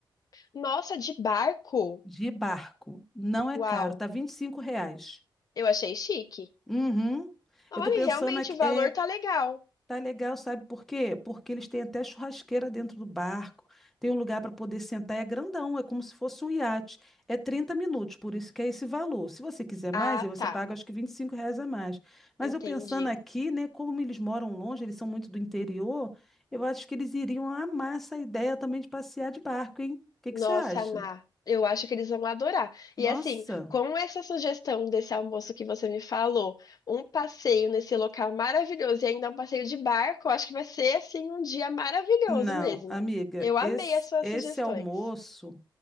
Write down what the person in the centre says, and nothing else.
De barco. Não é
caro. Tá 25 reais.
Uhum.
Eu tô pensando
aqui.
É,
Tá legal, sabe por quê? Porque eles têm até churrasqueira dentro do barco, tem um lugar para poder sentar, é grandão, é como se fosse um iate. É 30 minutos, por isso que é esse valor. Se você quiser mais,
aí você
paga acho que 25 reais a mais. Mas
eu pensando aqui, né, como eles moram longe, eles são muito do interior, eu acho que eles iriam amar essa ideia também de passear de barco, hein? O que que
você acha?
Nossa,
não,
amiga,
esse,
esse
almoço,